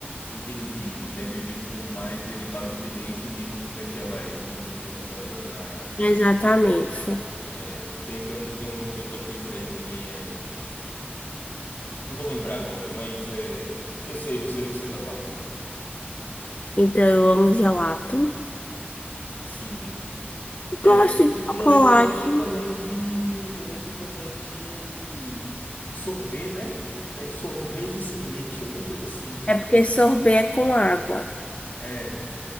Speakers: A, on the left; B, on the left.
A: Entendi. Deve vir com mais derivados de leite, menos daquelas goma xantana.
B: Exatamente.
A: É, tem, tem, um, tem um nome de outra coisa aí também, é... Não vou lembrar agora, mas é... Eu sei, eu sei do que você está falando.
B: Então, eu amo gelato.
A: Sim. É,
B: Gosto de
A: e
B: chocolate.
A: e eu lembro, eu lembro também de, eu lembro também de sorbet, né? Tem sorvete sem leite, alguma coisa assim.
B: É porque sorvete é com água.
A: É,